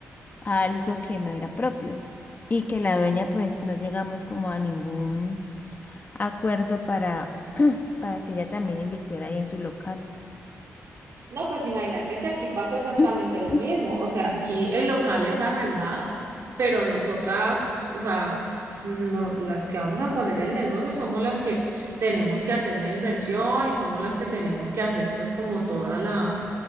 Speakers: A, on the left (about 35°); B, on the right (about 60°).
A: a algo que no era propio. Y que la dueña pues no llegamos como a ningún acuerdo para, para que ella también invirtiera ahí en su local.
B: No, pues imagínate que aquí pasó exactamente
A: <clears throat>
B: lo mismo. O sea, aquí el local es arrendado, pero nosotras, o sea, no, las que vamos a poner el negocio somos las que tenemos que hacer la inversión y somos las que tenemos que hacer, pues, como toda la,